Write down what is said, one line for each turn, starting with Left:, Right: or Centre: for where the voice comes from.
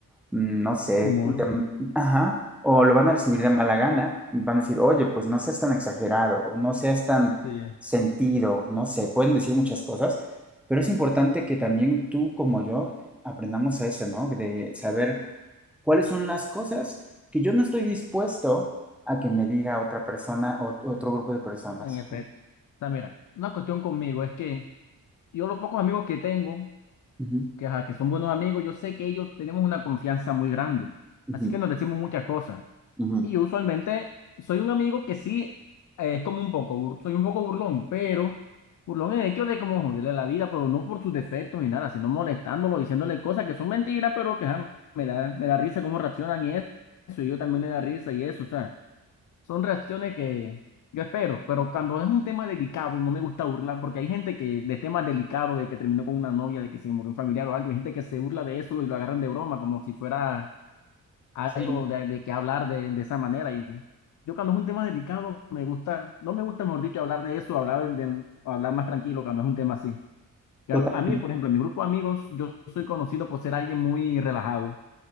Centre: mm, no sé,
Left: Humor,
Centre: de- mm, ajá, o lo van a recibir de mala gana, van a decir, oye, pues no seas tan exagerado, o no seas tan
Left: sí,
Centre: sentido, no sé, pueden decir muchas cosas, pero es importante que también tú como yo aprendamos a eso, ¿no? De saber cuáles son las cosas que yo no estoy dispuesto a que me diga otra persona o otro grupo de personas,
Left: en efecto.
Centre: ¿no?
Left: O sea, mira, una cuestión conmigo es que yo los pocos amigos que tengo
Centre: Ujú,
Left: que, ajá, que son buenos amigos, yo sé que ellos tenemos una confianza muy grande.
Centre: ujú,
Left: Así que nos decimos muchas cosas.
Centre: ujú.
Left: Y yo usualmente soy un amigo que sí eh, es como un poco, bur- soy un poco burlón, pero burlón en el hecho de como joderle la vida, pero no por sus defectos ni nada, sino molestándolo, diciéndole cosas que son mentiras, pero que ajá, me da, me da risa cómo reaccionan y eso, y yo también le da risa y eso, o sea. Son reacciones que yo espero, pero cuando es un tema delicado, no me gusta burlar, porque hay gente que de temas delicados, de que terminó con una novia, de que se murió un familiar o algo, hay gente que se burla de eso y lo agarran de broma, como si fuera algo
Centre: Sí,
Left: de, de que hablar de, de esa manera. Y yo cuando es un tema delicado, me gusta, no me gusta, mejor dicho, hablar de eso, hablar, de, hablar más tranquilo cuando es un tema así. Que
Centre: totalmente.
Left: A, a mí, por ejemplo, en mi grupo de amigos, yo soy conocido por ser alguien muy relajado.